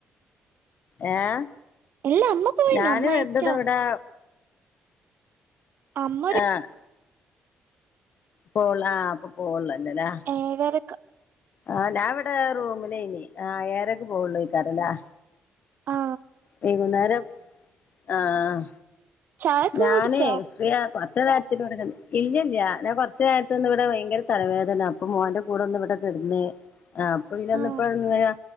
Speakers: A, on the left; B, on the right.
A: ഏഹ്
B: ഇല്ല അമ്മ പോയി
A: ഞാന്
B: അമ്മ ആയിട്ടോ
A: എന്തതവിടാ
B: അമ്മര്
A: ആഹ് പോള്ള ആഹ് പ്പൊ പോള്ളല്ലല്ലേ
B: ഏയ്‌ അരക്
A: ആഹ് ഞാൻവിടെ റൂമിലേനി ആഹ് ഏയരക് പോവുള്ളയ്ക്കാരല്ലേ
B: ആ
A: വൈകുന്നേരം ആഹ്
B: ചായക്ക്
A: ഞാനേ
B: കുടിച്ചോ
A: ഫ്രീ അഹ് കൊർച്ച നേരത്തിന് വടെങ്‌ ഇല്ലല്ല ഞ കൊർച്ച നേരത് ഒന്ന് വടെ ഭയങ്കര തലവേദന ഇപ്പൊ മോന്റെ കൂടെ ഒന്ന് ഇവിടെകിടന്ന് എഹ്പ്പൊ ഇതിനൊന്നിപ്പോ
B: ആ
A: ങ്ങനാ